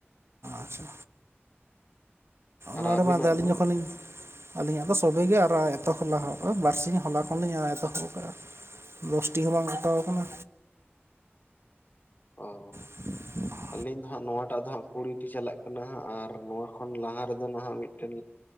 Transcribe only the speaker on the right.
ᱟᱪᱪᱷᱟ
ᱱᱚᱰᱮ
ᱢᱟ ᱟᱫᱚ ᱟᱹᱞᱤᱧ
ᱡᱚᱠᱷᱚᱱ ᱞᱤᱧ ᱟᱹᱞᱤᱧᱟᱜ ᱫᱚ ᱥᱚᱵᱮ ᱜᱮ ᱟᱨ ᱮᱛᱚᱦ ᱞᱟᱦᱟᱣᱼᱟ ᱵᱟᱨᱥᱤ ᱦᱚᱞᱟ ᱠᱷᱚᱱᱞᱤᱧ ᱟᱨ ᱮᱛᱚᱦᱚ ᱟᱠᱟᱜᱼᱟ᱾ ᱫᱚᱥᱴᱤ ᱦᱚᱸ ᱵᱟᱝ ᱠᱟᱴᱟᱣ ᱟᱠᱟᱱᱟ᱾
<inaudible>